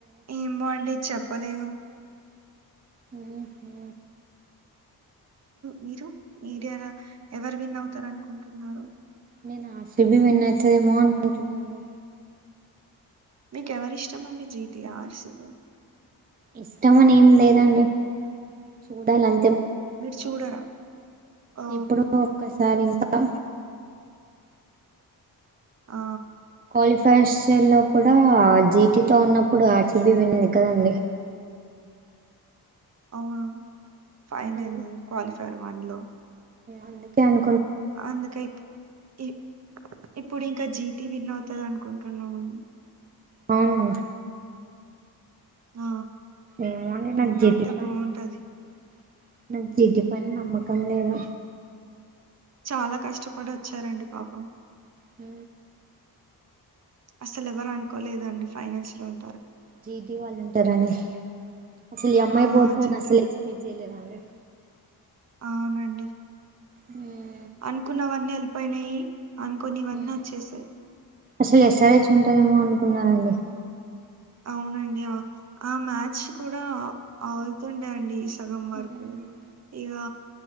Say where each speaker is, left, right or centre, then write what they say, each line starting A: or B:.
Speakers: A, on the right; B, on the right.
A: ఏమో అండి చెప్పలేను.
B: ఉమ్ ఉహూ.
A: మీరు మీడియా ఎవరు విన్ అవుతారు అనుకుంటున్నారు
B: నేను ఆర్ సి బి విన్నఅయితదేమో అనుకుంటున్నా అండి
A: మీకెవరిష్టంమండి జీతి ఆర్ సువేన్
B: ఇష్టమని ఏం లేదండి చూడాలం
A: మీరు చూడరా ఓ
B: ఎప్పుడో ఒక్కసారి ఇంకా
A: ఆ
B: కాలిఫైర్స్ లో కూడా జీటితో ఉన్నప్పుడు ఆర్సిబి వినింది కదండి
A: అవును ఫైనల్
B: అందు
A: క్వాలిఫైర్ వన్ లో
B: అందుకే అన్
A: అందుకె ఇప్పు ఇ ఇప్ ఇప్పుడు ఇంకా జీటి విన్ అవుతాది అనుకుంటున్నామండి
B: అవును
A: ఆ
B: ఏమో అండి నా
A: విన్
B: జది
A: అవుతే
B: పని
A: బాగుంటది
B: జిటిపైన నమ్మకం లేదు
A: చాలా కష్టపడి వచ్చారండి పాపం
B: హ
A: అసలు ఎవరు అనుకోలేదండి ఫైనాన్స్ లో ఉం
B: జీటి వాళ్ళు ఉంటారని అసలు ఈ అమ్మాయి
A: ఆ
B: పోతు
A: జీటీది
B: అని అసలు ఎక్స్పెక్ట్ చేయలేదు అండి
A: అవునండి
B: హ
A: అనుకున్నవన్నీ వెళ్ళిపోయినాయి అనుకోనివన్నీ
B: మ్
A: వచ్చేసాయి
B: అసలు ఎస్ ఆర్ చ్ ఉంటదేమో అనుకున్నారండి
A: అవునండి ఆ మ్యాచ్ కూడా ఆలుతుండే అండి సగం వరకు
B: మ్మ్
A: ఇగ